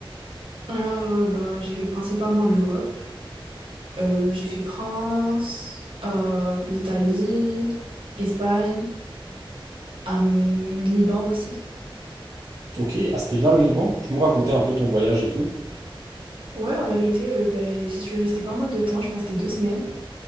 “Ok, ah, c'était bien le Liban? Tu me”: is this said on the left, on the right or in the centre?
Right